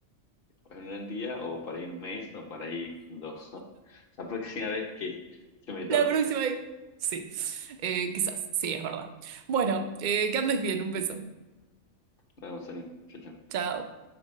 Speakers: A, on the left; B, on the right.
A: En un día o para ir un mes o para ir cuando <laughs> la próxima vez que, que me toque.
B: La próxima vez. Sí, eh, quizás, sí, es verdad. Bueno, eh, que andes bien, un beso.
A: Nos vemos, Ani. Chau, chau.
B: Chao.